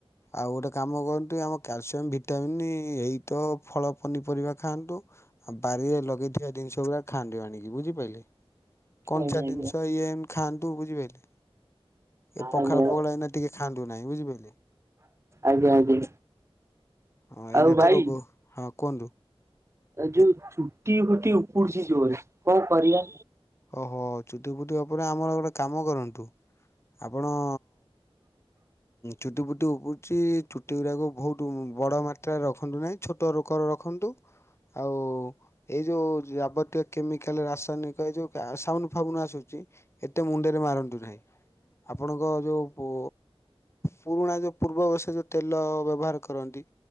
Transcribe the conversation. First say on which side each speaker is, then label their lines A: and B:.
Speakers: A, on the left (about 25°); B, on the right (about 25°).
A: ଆଉ ଗୋଟେ କାମ କରନ୍ତୁ, ଆମ କ୍ୟାଲସିୟମ୍ ଭିଟାମିନ୍ ଏଇ ତ ଫଳ ପନିପରିବା ଖାଆନ୍ତୁ। ଆଉ ବାରିରେ ଲଗେଇଥିବା ଜିନିଷ ଗୁଡ଼ା ଖାଆନ୍ତୁ ଆଣିକି, ବୁଝିପାରିଲେ? କଞ୍ଚା
B: ଆଜ୍ଞା ଆଜ୍ଞା।
A: ଜିନିଷ ଇଏ ଏମିତି ଖାଆନ୍ତୁ ବୁଝିପାରିଲେ, ଏ ପଖାଳ
B: ଆଜ୍ଞା
A: ସବୁବେଳେ ଏନା ଟିକେ ଖାଆନ୍ତୁ ନାହିଁ ବୁଝିପାରିଲେ?
B: ଆଜ୍ଞା ଆଜ୍ଞା।
A: ହଁ ଏଇନ
B: ଆଉ ଭାଇ
A: ତ ରୋଗ ହଁ କୁହନ୍ତୁ?
B: ଏ ଯୋଉ ଚୁଟି ଫୁଟି ଉପୁଡିଚି ଜୋରେ କଣ କରିବା?
A: ଓ ହୋ ଚୁଟି ଫୁଟିବା ଉପରେ ଆମର ଗୋଟେ କାମ କରନ୍ତୁ, ଆପଣ ଚୁଟି ପୁଟି ଉପୁଛି ଚୁଟି ଗୁଡାକ ବହୁତ ବଡ ମାତ୍ରାରେ ରଖନ୍ତୁ ନାହିଁ। ଛୋଟ <unintelligible> ରଖନ୍ତୁ ଆଉ ଏଇ ଯେଉଁ ଯାବତୀୟ କେମିକାଲ ରାସାୟନିକ ଏ ଯୋଉ ସାବୁନ ଫାବୁନ ଆସୁଛି ଏତେ ମୁଣ୍ଡରେ ମାରନ୍ତୁ ନାହିଁ। ଆପଣଙ୍କ ଯୋଉ କୋ ପୁରୁଣା ଯେଉଁ ପୂର୍ବବସ ଯେଉଁ ତେଲ ବ୍ୟବହାର କରନ୍ତି।